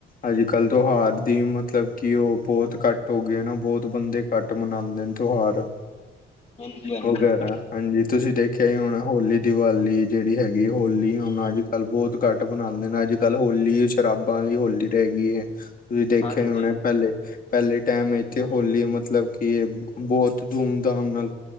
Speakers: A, on the left; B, on the left.
A: ਅੱਜ-ਕੱਲ ਤਿਓਹਾਰ ਦੀ ਮਤਲਬ ਕਿ, ਉਹ ਬਹੁਤ ਘੱਟ ਹੋ ਗਏ ਨਾ, ਬਹੁਤ ਬੰਦੇ ਘੱਟ ਮਨਾਉਂਦੇ ਨੇ ਤਿਉਹਾਰ
B: ਹਾਂਜੀ ਹਾਂਜੀ
A: ਵਗੈਰਾ, ਹਾਂਜੀ ਤੁਸੀਂ ਦੇਖ ਦੇਖਿਆ ਹੀ ਹੁਣ ਹੋਲੀ, ਦੀਵਾਲੀ ਜਿਹੜੀ ਹੈਗੀ, ਹੋਲੀ, ਹੁਣ ਅੱਜ-ਕੱਲ੍ਹ ਬਹੁਤ ਘੱਟ ਮਨਾਉਂਦੇ ਨੇ, ਅੱਜ-ਕੱਲ ਹੋਲੀ ਸ਼ਰਾਬਾਂ ਦੀ ਹੋਲੀ ਰਹਿ ਗਈ ਏ, ਤੁਸੀਂ ਦੇਖਿਆ
B: ਹਾਂਜੀ
A: ਹੀ ਹੋਣਾ ਪਹਿਲੇ ਪਹਿਲੇ ਟਾਈਮ, ਇੱਥੇ ਹੋਲੀ ਮਤਲਬ ਕਿ, ਬਹੁਤ ਧੂਮ-ਧਾਮ ਨਾਲ